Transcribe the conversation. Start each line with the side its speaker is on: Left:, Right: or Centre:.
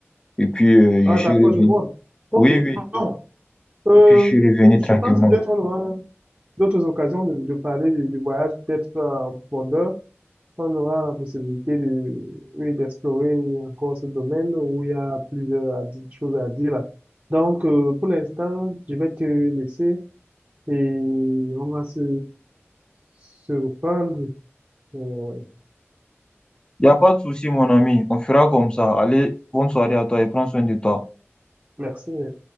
Left: Et puis, euh,
Right: Ah,
Left: je
Right: d'accord,
Left: suis revenu.
Right: je vois. OK.
Left: Oui, oui.
Right: Bon. Euh,
Left: Et puis, je suis revenu
Right: je
Left: tranquillement.
Right: pense peut-être on aura d'autres occasions de, de parler du, du voyage, peut-être euh, en profondeur. On aura la possibilité de, oui, d'explorer encore ce domaine où il y a plusieurs à dire- choses à dire là. Donc, euh, pour l'instant, je vais te laisser et on va se, se reprendre. euh,
Left: Il n'y a pas de souci, mon ami. On fera comme ça. Allez, bonne soirée à toi et prends soin de toi.
Right: Merci.